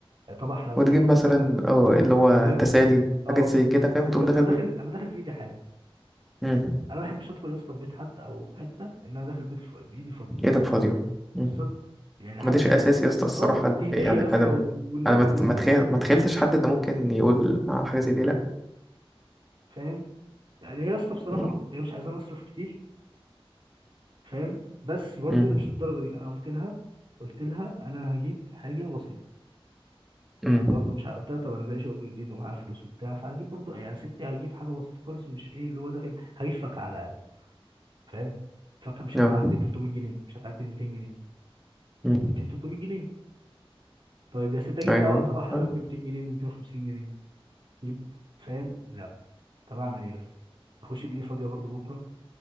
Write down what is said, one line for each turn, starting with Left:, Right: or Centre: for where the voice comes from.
Right: طبق حلويات
Centre: وتجيب مثلا
Right: يا اسطى انا
Centre: اه اللي هو
Right: فاهم
Centre: تسالي
Right: اه
Centre: حاجات زي كده فاهم
Right: خد
Centre: وتقوم
Right: يا اسطى
Centre: داخل
Right: انا
Centre: بيه
Right: داخل انا داخل في ايدي حاجه
Centre: مم.
Right: انا ما بحبش ادخل يا اسطى في بيت حد او في حته ان انا داخل بيت ف... بايدي فاضيه
Centre: ايدك فاضيه مم.
Right: بالظبط يعني حتى
Centre: ماليش اساس يا اسطى الصراحه
Right: اه دي هديه
Centre: يعني
Right: يا اسطى
Centre: انا م-
Right: والنبي
Centre: انا ما ت-
Right: والنبي
Centre: ما تخيل ما تخيلتش حد انه ممكن يقول على حاجه زي دي لا
Right: فاهم يعني هي يا اسطى بصراحه
Centre: مم.
Right: هي مش عايزه نصرف كتير فاهم بس برضو
Centre: مم.
Right: مش الدرجه دي انا قلت لها قلت لها انا هجيب حاجه بسيطه
Centre: مم.
Right: برضو مش ع- قلت لها طب انا جالي شغل جديد ومعايا فلوس وبتاع فهجيب برضو يعني ستي هجيب حاجه بسيطه خالص مش ايه اللي هو داخل هجيب فاكهه على الاقل فاهم فاكهه مش
Centre: نعم
Right: هتعدي 300 جنيه مش هتعدي 200 جنيه
Centre: مم.
Right: 200 300 جنيه طيب يا ستي اجيب
Centre: ايوه
Right: طبق طبق حلويات
Centre: عارف.
Right: ب 200 جنيه ب 250 جنيه اجيب فاهم لا طب اعمل ايه اصلا اخش بايدي فاضيه برضو بكره